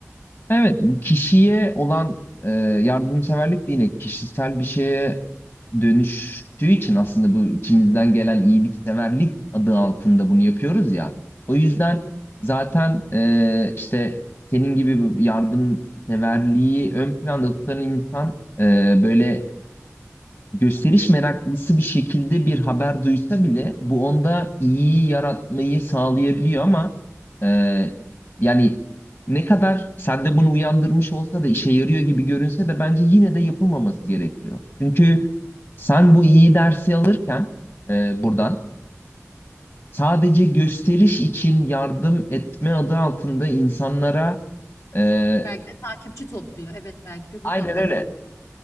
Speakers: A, on the left (about 50°); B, on the left (about 80°).
A: Evet, bu kişiye olan e, yardımseverlik de yine kişisel bir şeye dönüştüğü için aslında bu içimizden gelen iyilikseverlik adı altında bunu yapıyoruz ya. O yüzden
B: Hı hı.
A: zaten e, işte senin gibi bu yardımseverliği ön planda tutan insan e, böyle gösteriş meraklısı bir şekilde bir haber duysa bile bu onda iyi yaratmayı sağlayabiliyor ama e, yani ne kadar sende bunu uyandırmış olsa da işe yarıyor gibi görünse de bence yine de yapılmaması gerekiyor. Çünkü sen bu iyi dersi alırken e, buradan sadece gösteriş için yardım etme adı altında insanlara e,
B: Belki de takipçi topluyor. Evet belki de
A: aynen
B: buradan bakmak
A: öyle
B: lazım.